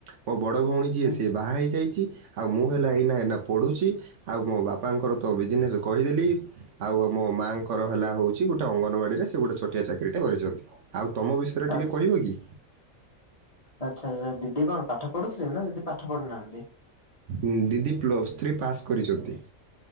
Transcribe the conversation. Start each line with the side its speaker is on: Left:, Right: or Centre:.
Right: ମୋ ବଡ ଭଉଣୀ ଯିଏ
Left: ହୁଁ
Right: ସିଏ ବାହା ହେଇଯାଇଚି। ଆଉ ମୁଁ ହେଲା ଏଇନା ଏନା ପଢୁଛି ଆଉ ମୋ ବାପାଙ୍କର ତ ବିଜିନେସେ କହିଦେଲି। ଆଉ ଆଉ ମୋ ମାଆଙ୍କର ହେଲା ହଉଛି ଗୋଟେ ଅଙ୍ଗନବାଡିରେ ସିଏ ଗୋଟେ ଛୋଟିଆ ଚାକିରିଟେ କରିଚନ୍ତି। ତମ ବିଷୟେରେ ଟିକେ
Left: ଆଚ୍ଛା।
Right: କହିବ କି?
Left: ଆଚ୍ଛା ଆଚ୍ଛା ଦିଦି କଁ ପାଠ ପଢୁଥିଲେ ନା ଦିଦି ପାଠ ପଢିନାହାନ୍ତି?
Right: ଉଁ ଦିଦି ପ୍ଲସ୍ ଥ୍ରୀ ପାସ୍ କରିଚନ୍ତି।